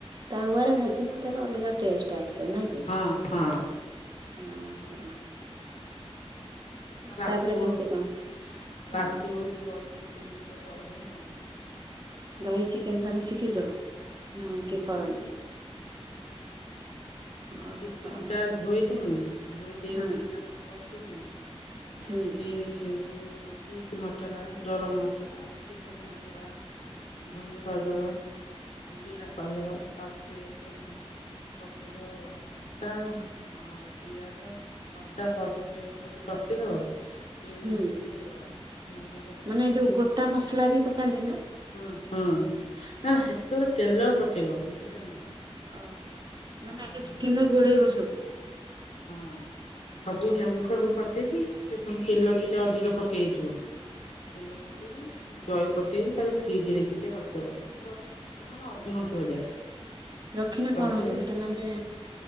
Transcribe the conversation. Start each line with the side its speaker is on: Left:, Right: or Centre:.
Right: ତାୱରେ ଭାଜିନେ ତାର ଅଲଗା ଟେଷ୍ଟ ଆସେ ନାଇଁ କି,
Left: ହଁ ହଁ
Right: ଓହୋ।
Left: ହଁ ରାତି
Right: ତାପରେ
Left: ବଢୁଛି,
Right: କେମିତି କଣ ହୁଁ
Left: ରାତି ବଢୁଛି ରହିକି ଚିକେନ କରିବି ଆଉ।
Right: ଦହି ଚିକେନ ତମେ ଶିଖିଛ, ନା
Left: ହୁଁ
Right: କିଏ କରନ୍ତି? ଓହୋ
Left: ଚିକେନ
Right: ହଁ
Left: ଟା ଧୋଇ ଦମି ଧୋଇ ଦେଇଦ
Right: ହୁଁ
Left: ତାକୁ ରଖି ଦମି।
Right: ହୁଁ
Left: ଏଇ ଯେଉଁ ବିଟ୍ ମସଲା, ଦରମ୍ ମସଲା, ଚିତେନ ମସଲା ଧନିଆ ପାଉଡର। ଦିରା ପାଉଡ଼ର ଆଉ ପେଷ୍ଟ <unintelligible> ଆଉ ପିଆଜ ଅଦା ଭଲ ସେ ପେଷ୍ଟ କରି ରଖିଦବ। କି
Right: ହୁଁ
Left: ନିମ୍ବୁ ପଟେ ଯା, ନେମ୍ବୁ ପ
Right: ମାନେ ଯୋଉ ଗୋଟା ମସଲା ବି ପକାନ୍ତି ନା?
Left: ହୁଁ ହୁଁ ନା ନା ସେତେବେଳେ ତେଲର ପତେଇବ ସେଥିରେ ନୁହଁ।
Right: ଓହୋ ମାନେ
Left: ଆଉ
Right: ଆଗ ଚିକେନରେ
Left: ନେମ୍ବୁ
Right: ଗୋଡ଼େଇବ ସବୁ?
Left: ହଁ। ସବୁ ନେମ୍ବୁ ଫେମ୍ବୁ ପତେଇକି ଟିକେ ପୁଣି ତେଲ ଟିକେ ଅଧିକ ପକେଇ ଥିବ ତେଲ ପତେଇ ଦେଇ ଦହି ପତେଇ ଦେଇ, ତାର ଫ୍ରିଜ ରେ ଟିକେ ରଖିଦବ। ହଁ ମାନେ ଅଧ ଘଣ୍ଟେ ଭଳିଆ।
Right: ରଖିନେ
Left: ରଖିଦେଇ
Right: କଣ ହବ ସେଟା ମାନେ